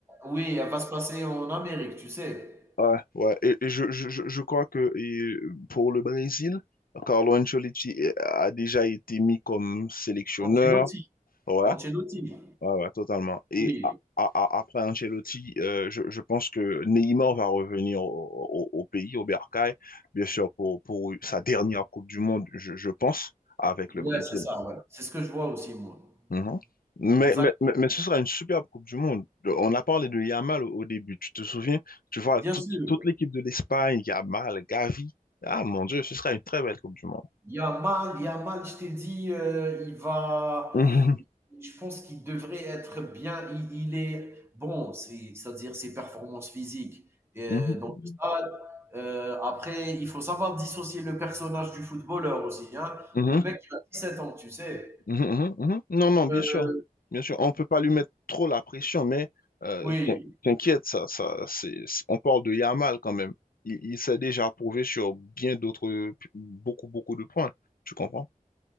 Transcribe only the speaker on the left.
ouais, ouais, et, et je, je, je je crois que et pour le Brésil, Carlo Ancelotti euh, a déjà été mis comme sélectionneur.
Ouais,
Ouais, ouais, totalement. Et
a- a- a- après Ancelotti, euh, je, je pense que Neymar va revenir au, au- au pays, au Bercail, bien sûr, pour, pour sa dernière Coupe du Monde, je, je pense, avec
le Brésil.
Mhm. Mais,
mais, mais, mais ce sera une superbe Coupe du Monde. On a parlé de Yamal au, au début, tu te souviens? Tu vois,
toute,
toute l'équipe de l'Espagne, Yamal, Gavi. Ah mon Dieu, ce sera une très belle Coupe du Monde.
Mhm.
Mhm.
Mhm.
Mhm, mhm, mhm. Non, non,
bien sûr. Bien sûr, on ne peut pas lui mettre trop la pression, mais euh,
t'in- t'inquiète, ça, ça, c'est, c'est- on parle de Yamal quand même. Il, il s'est déjà prouvé sur bien d'autres, beaucoup, beaucoup de points. Tu comprends?